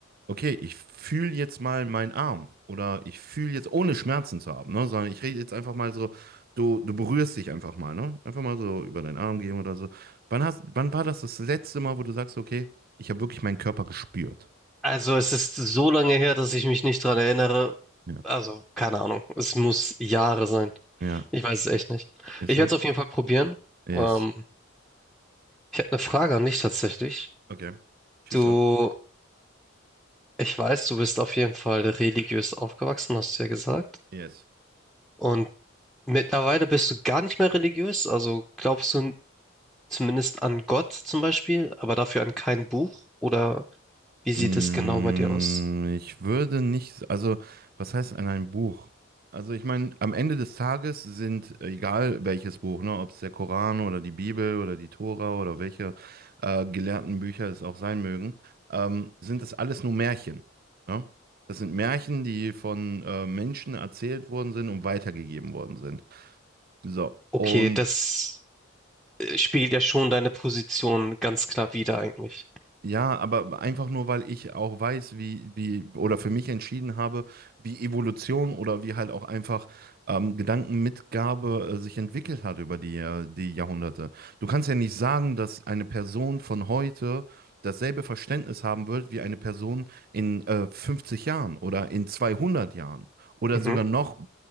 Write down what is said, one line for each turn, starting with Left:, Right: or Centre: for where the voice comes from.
Right: okay, ich fühle jetzt mal meinen Arm oder ich fühle jetzt, ohne Schmerzen zu haben, ne, sondern ich rede jetzt einfach mal so, du, du berührst dich einfach mal, ne? Einfach mal so über deinen Arm gehen oder so. Wann hast, wann war das das letzte Mal, wo du sagst, okay, ich habe wirklich meinen Körper gespürt?
Centre: Also es ist so lange her, dass ich mich nicht dran erinnere.
Right: Ja.
Centre: Also, keine Ahnung. Es muss Jahre sein.
Right: Ja,
Centre: Ich weiß es echt nicht.
Right: ist
Centre: Ich
Right: so?
Centre: werde es auf jeden Fall probieren.
Right: Yes.
Centre: Ähm, Ich habe eine Frage an dich tatsächlich.
Right: Okay. Schieß
Centre: Du,
Right: los.
Centre: ich weiß, du bist auf jeden Fall religiös aufgewachsen, hast du ja gesagt.
Right: Yes.
Centre: Und mittlerweile bist du gar nicht mehr religiös. Also glaubst du zumindest an Gott zum Beispiel, aber dafür an kein Buch? Oder wie sieht
Right: Mm,
Centre: es genau bei dir aus?
Right: Ich würde nicht, also was heißt an ein Buch? Also ich meine, am Ende des Tages sind, äh, egal welches Buch, ne, ob es der Koran oder die Bibel oder die Tora oder welche äh, gelehrten Bücher es auch sein mögen, ähm, sind das alles nur Märchen. Ne? Das sind Märchen, die von äh, Menschen erzählt worden sind und weitergegeben worden sind. So,
Centre: Okay,
Right: und
Centre: das äh, spiegelt ja schon deine Position ganz klar wider eigentlich.
Right: Ja, aber einfach nur, weil ich auch weiß, wie, wie, oder für mich entschieden habe, wie Evolution oder wie halt auch einfach ähm, Gedankenmitgabe äh, sich entwickelt hat über die, äh, die Jahrhunderte. Du kannst ja nicht sagen, dass eine Person von heute dasselbe Verständnis haben wird wie eine Person in äh, 50 Jahren oder in 200 Jahren oder
Centre: Mhm.
Right: sogar noch,